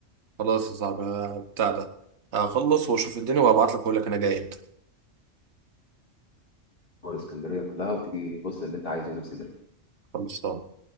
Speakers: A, on the right; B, on the left.
A: خلاص يا صاحبي آه، بتاع ده هخلص واشوف الدنيا وابعت لك واقول لك انا جاي امتى
B: اسكندريه كلها وتيجي بص اللي انت عايزه هنا في اسكندريه
A: خلصان